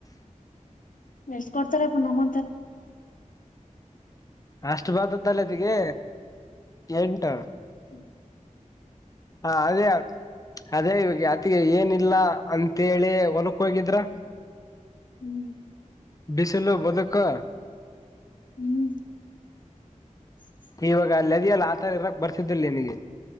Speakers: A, on the left; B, on the left.
A: ಎಷ್ಟ ಕೊಡ್ತಾರೆಪ್ಪ ನಮ್ಮಂತ ಅವ್ರಿಗ.
B: ಅಷ್ಟು ಬತದಲ್ಲ ಅತ್ತಿಗೆ ಎಂಟ.
A: ಹ್ಮ.
B: ಹಾ ಅದೇ. ಅದೇ ಇವಾಗ ಅತಿಗೆ ಏನಿಲ್ಲ ಅಂತೇಳಿ ಹೊಲಕ್ ಹೋಗಿದ್ರ.
A: ಹ್ಮ್
B: ಬಿಸಿಲು ಬದಕ.
A: ಹ್ಮ್. <inaudible>
B: ಇವಾಗ ಅದಿಯಲ್ಲಿ ಆತರ ಇರಕ್ ಬರ್ತಿದ್ದಲ್ಲಿ ನಿನಗೆ.